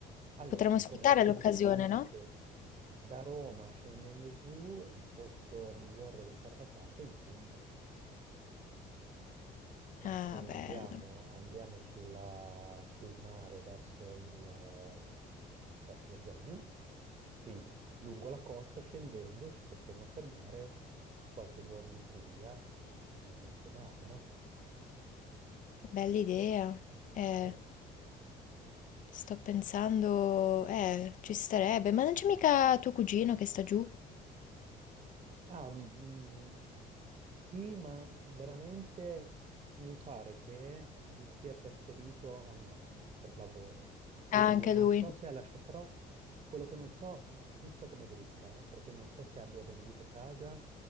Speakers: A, on the right (about 40°); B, on the left (about 50°).
A: Allora,
B: Potremmo
A: secondo
B: sfruttare
A: me,
B: l'occasione, no?
A: se da Roma scendendo giù, il posto migliore dove fare la tappa è in Puglia. perché
B: Ah,
A: andiamo,
B: bello,
A: andiamo sulla- sul mare verso il, verso lo Ionio, quindi lungo la costa scendendo ci potremo fermare qualche giorno in Puglia, non è niente male, no?
B: bella idea. Eh,
A: Eh,
B: sto pensando, eh, ci starebbe, ma non c'è mica tuo cugino che sta giù?
A: Ah, mm, mm, sì, ma veramente mi pare che si sia trasferito a Milano per lavoro. Quindi
B: Ah, anche
A: non
B: lui.
A: so se ha lasciato, però quello che non so, no, giusta come dritta, eh, perché non so se abbia venduto casa,